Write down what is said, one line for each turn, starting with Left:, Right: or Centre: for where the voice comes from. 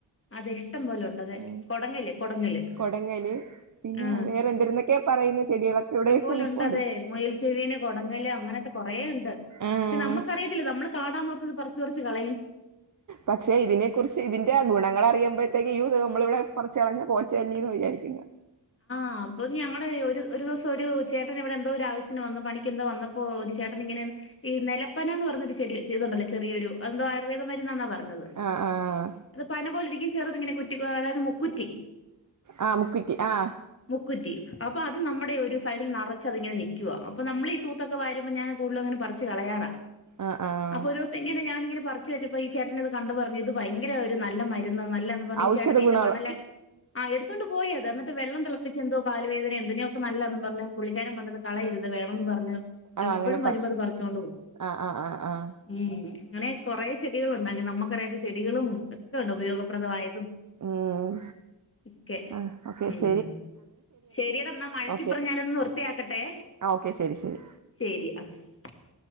Left: അത് ഇഷ്ടം പോലെ ഉണ്ട് അത്
Right: ഉം
Left: കൊടങ്ങല് കൊടങ്ങല്
Right: കൊടങ്ങല് പിന്നെ
Left: ആ
Right: വേറെ എന്തിരുന്നൊക്കെ പറയുന്ന ചെടികളൊക്കെ
Left: ഇഷ്ടം
Right: ഇവിടെയൊക്കെ
Left: പോലുണ്ടതെ
Right: നിപ്പുണ്ട്
Left: മൊയൽ ചെവിനെ കൊടങ്ങ ങ്ങൽ അങ്ങനത്തെ കൊറേ ഇണ്ട് പക്ഷെ
Right: ആഹ്
Left: നമ്മക്കറിയത്തില്ല നമ്മള് കാടാന്നോർത്തത് പറിച്ച് പറിച്ച് കളയും
Right: പക്ഷെ ഇതിനെ കുറിച്ച് ഇതിന്റെ ഗുണങ്ങളറിയുമ്പോഴത്തേക്ക് യ്യോ ദേ നമ്മളിവിടെ പറിച്ച് കളഞ്ഞ് പോച്ചല്ലിന്ന് വിചാരിക്കുന്നെ
Left: ആ അപ്പൊ ഞങ്ങടെ ഒരു ദിവസം ഒരു ചേട്ടൻ ഇവിടെ എന്തോ ഒരു ആവശ്യത്തിന് വന്ന് പണിക്കന്തോ വന്നപ്പോ ഒരു ചേട്ടൻ ഇങ്ങനെ ഈ നലപ്പന എന്ന് പറഞ്ഞൊരു ചെടി ചെറുതുണ്ടല്ലോ ചെറിയൊരു അത് എന്തോ ഒരു ആയുർവേദ മരുന്നാന്ന പറഞ്ഞത്
Right: ആഹ് ആഹ്
Left: അത് പന പോലെ ഇരിക്കും ചെറുതിങ്ങനെ കുറ്റി മുക്കുറ്റി
Right: ആ മുക്കുറ്റി ആ
Left: ക്കുറ്റി അപ്പോ അത് നമ്മുടെ ഒരു സൈഡിൽ നറച്ചത്ങ്ങനെ നിക്കുവാ അപ്പോ നമ്മളീ തൂത്തൊക്കെ വാരും ഞാൻ കൂടുതലും അങ്ങനെ പറച്ച് കളയാറാ
Right: ആഹ് ആഹ്
Left: അപ്പംഒരുസങ്ങനെ ഞാൻ ങ്ങനെ പറി ച്ച് വെച്ചപ്പോ ഈ ചേട്ടനെ ഇത് കണ്ടു പറഞ്ഞു ഇത് ഭയങ്കര ഒരു നല്ല മരുന്ന് നല്ലാന്നും പറഞ്ഞു
Right: ഔഷധ
Left: ഈ ചേട്ടന് ഇതിന്റെ
Right: ഗുണോള്ള
Left: മണ്ണല്ലാം ആ എടുത്തൊണ്ട് പോയിത് ട്ട് വെള്ളം തിളപ്പിച്ച് എന്തോ കാൽ വേദനയോ എന്തിനെയോക്കെ നല്ലന്ന് പറഞ്ഞ് പുള്ളിക്കാരൻ പറഞ്ഞത് കളയരുത് വേണം എന്ന് പറഞ്ഞ്
Right: ആഹ്
Left: എപ്പഴും
Right: അങ്ങനെ പറിച്ച്
Left: വരുമ്പോ അത് പറിച്ചൊണ്ട് പോകും
Right: ആഹ് ആഹ് ആഹ് ആഹ്
Left: ഉം അങ്ങനെ കൊറെ ചെടികൾ ഉണ്ട് അങ്ങനെ നമുക്കറിയാത്ത ചെടികളും ഒക്കെയുണ്ട് ഉപയോഗപ്രദമായതും
Right: ഉം
Left: ഒക്കെ
Right: ആ ഒക്കെ
Left: ഉം ശരിട എന്നാ മഴക്കിപ്പറം
Right: ഓക്കെ
Left: ഞാനിതൊന്ന് വൃത്തിയാക്കട്ടെ.
Right: ഓക്കെ ശരി ശരി
Left: ശരി അ